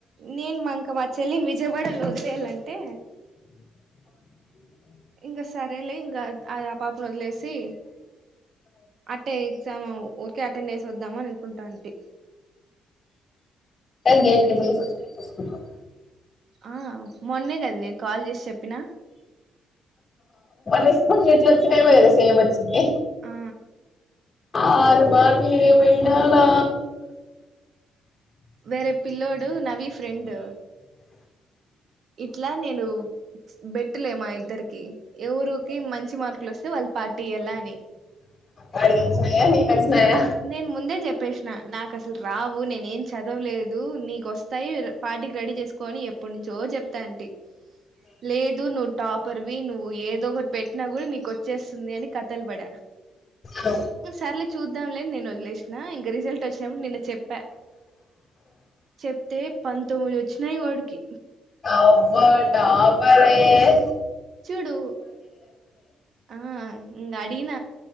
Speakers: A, on the right (about 55°); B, on the left (about 30°).
A: నేను మా ఇంకా మా చెల్లిని విజయవాడలో వదిలేయాలంటే ఇంగ సరేలే ఇంగా ఆ పాపనీ వదిలేసి అట్టే ఎగ్జామ్ ఊరికే అటెండ్ వేసి వద్దామని అనుకుంటాటీ
B: గేట్ <unintelligible>
A: ఆ మొన్నే కదా నీకు కాల్ చేసి చెప్పిన
B: రెస్పన్స్ ఎట్లా వచ్చినయ్ సేమ్ వచ్చింది
A: ఆ
B: ఆరు బాటిల్ ఏమైనా నా
A: వేరే పిల్లోడు నవీ ఫ్రెండ్ ఇట్లా నేను బెట్ లే మా ఇద్దరికీ ఎవరూకి మంచి మార్కులు వస్తే వాళ్ళు పార్టీయలా అని
B: వాడికెన్ని వచ్చినాయా నీకు ఎన్ని వచ్చినాయా
A: నేను ముందే చెప్పేసిన నాకు అసలు రావు నేనే ఏం చదవలేదు నీకు వస్తాయి పార్టీకి రెడీ చేసుకు కొనీ ఇప్పుటి నుంచో చెప్తాటీ లేదు నువ్వు టాపర్ వి నువ్వు నువ్వు ఏదో ఒకటి పెట్టినా కూడా నీకు వచ్చేస్తుంది అని కథలు పడా
B: ఆ
A: సార్లే చూ ద్దాంలే అని నేను వదిలేసిన ఇంక రిజల్ట్ వచ్చినప్పుడు నిన్న చెప్పా చెప్తే పంతొమ్మిది వచ్చినాయి వాడికి
B: అబ్బా టాపరే ఏ
A: చూడు ఆ ఇంగడిగిన